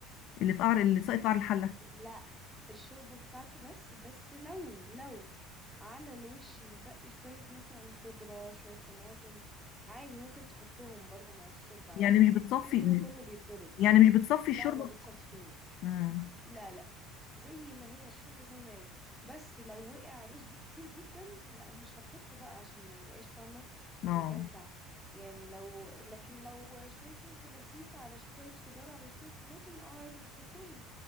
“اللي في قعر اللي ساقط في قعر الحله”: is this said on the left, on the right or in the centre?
Left